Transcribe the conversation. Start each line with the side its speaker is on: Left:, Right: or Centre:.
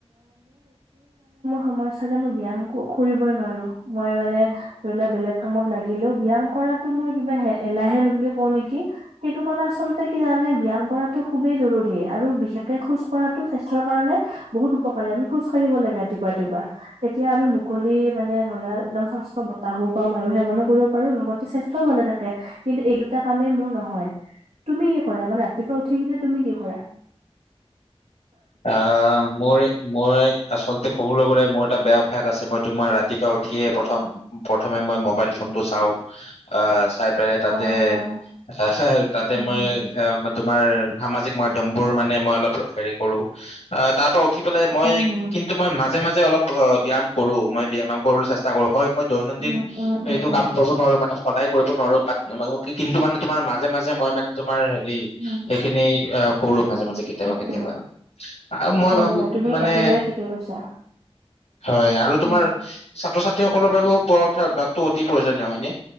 Right: সমস্া যে মই ব্যয়াম কৰিবই নোৱাৰো মই মানে ধৰি লোৱা বেলেগ কামত লাগিলেও ব্য্য়াম কৰাতটো মই কিবা এলাহেল বুলি কওঁ নেকি সেইটো কাৰণে আচলতে কি জানা নে ব্যয়াম কৰাটো খুবেই জৰুৰী আৰু বিশেষকে খোজ কঢ়াতটো স্বাস্থ্্যৰ কাৰণে। বহুত উপকাৰী। আমি খোজ কঢ়িব লাগে ৰাতিপুৱা ৰাতিপুৱা। তেতিয়া আমি মুকলি, মানে ধৰা, একদম স্বাস্থ্যকৰ বতাহো পাওঁ। বাৰু, সেৱনো কৰিব পাৰোঁ। লগতে স্বাস্থ্যও ভালে থাকে। কিন্তু এই দুটা কামেই মোৰ নহয়। তুমি কি কৰা? মানে, ৰাতিপুৱা উঠি কিনে তুমি কি কৰা?
Left: অঁ, মূৰে মই আচল্ততে ক'বলৈ গ'লে মোৰ এটা বেয়া অভ্যাস আছে মই তোমাৰ ৰাতিপুৱা উঠিয়ে প্ৰথমে, প্ৰথমে এবাৰ মোবাইল চিম। তটো চাও, আহ। চাই পালে, তাতেই,
Right: হয়
Left: আচলতে তাতেই
Right: উম
Left: মই।
Right: হুম
Left: তোমাৰ সামাজিক মাধ্্যমবোৰ মানে মই অলপ হেৰি কৰোঁ। অ তাৰ পৰা উঠি পেলাই মই,
Right: উম হুম।
Left: কিন্তু মই ম। মাজে মাজে অলপ অ ব্যামো, মই ব্যায়াম কৰিবলৈ চেষ্টা কৰোঁ। হয় মই দৈনন্দিন
Right: উম উম উম
Left: এইটো
Right: উম
Left: কাম কৰিব নোৱাৰো মানে, সদায়। কৰিব নোৱাৰোঁ। কিন্তু, মানে তোমাৰ, মাজে মাজে মই, মানে তোমাৰ। সেইখিনি
Right: উম
Left: কৰো মাজে মাজে কেতিয়াবা
Right: উম
Left: কেতিয়াবা।
Right: উম
Left: আৰু মই
Right: হয়
Left: ভাবো
Right: হয় তুমি
Left: মানে
Right: একেবাৰে ঠিকে কৈছা
Left: হয় আৰু তোমাৰ
Right: উম।
Left: ছাত্ৰ ছাত্ৰীসকলৰ বাবে উঠাৰ ভাগতটো অতি প্ৰয়োজনীয় হয় ন।